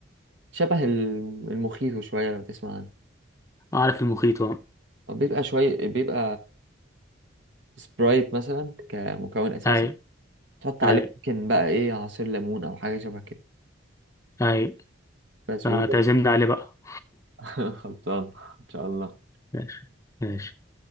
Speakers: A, on the right; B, on the left.
A: شبه الم- المخيط شوية لو تسمع عنه
B: اعرف المخيط اه
A: هو بيبقى شوية بيبقى سبرايت مثلا كمكون أساسي
B: اي
A: تحط
B: اي
A: عليه ممكن بقى إيه عصير ليمون أو حاجة شبه كده
B: اي
A: بس
B: فتعزمنا
A: و...
B: عليه بقى
A: <laughs> خلطان إن شاء الله
B: <laughs> ماشي ماشي